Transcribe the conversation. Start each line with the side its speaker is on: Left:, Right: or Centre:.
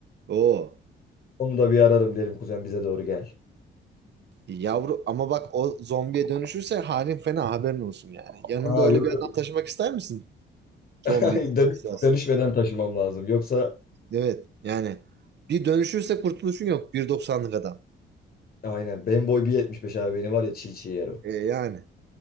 Right: Oo.
Left: Onu da bir ararım derim kuzen bize doğru gel.
Right: Yavru ama bak o zombiye dönüşürse halin fena haberin olsun yani. Yanında
Left: Aa
Right: öyle
Left: yok
Right: bir adam
Left: yok.
Right: taşımak ister misin? Zombi.
Left: <laughs> Dönüş,
Right: isterseniz.
Left: dönüşmeden taşımam lazım. Yoksa
Right: Evet yani bir dönüşürse kurtuluşun yok bir doksanlık adam.
Left: aynen benim boy 1.75 abi beni var ya çiğ çiğ yer o.
Right: E, yani